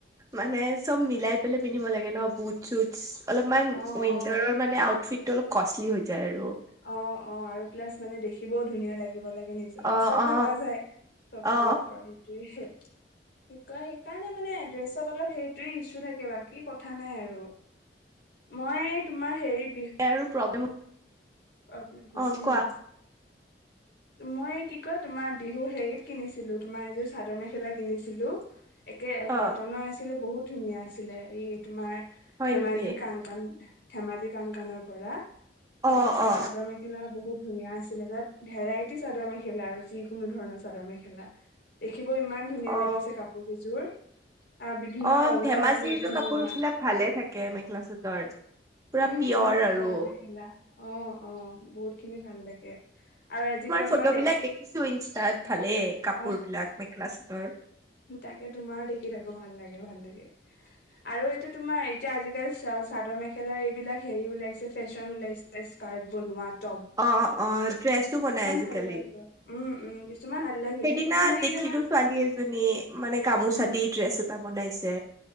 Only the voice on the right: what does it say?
মানে চব মিলাই পেলাই পিন্ধিব লাগে ন বুট চুট অলপমান
উইণ্টাৰৰ
মানে আউটফিট টো অলপ কষ্টলি হৈ যায় আৰু
অ
অ
অ
ইয়াৰো প্ৰব্লেম
অ কোৱা
অ
হয়
নেকি
অ।
অ
অ
অ
ধেমাজিৰ
যে কাপোৰ বিলাক ভালে থাকে মেখেলা চাদৰ। পুৰা
পিয়ৰ
আৰু
ফটোবিলাক
দেখিছো ইনষ্টাত ভালেই কাপোৰ
বিলাক মেখেলা চাদৰ
অ' অ', ড্ৰেছো বনাই আজিকালি
সেইদিনা
দেখিলো
ছোৱালী এজনী মানে গামোচা
দি ড্ৰেছ এটা বনাইছে।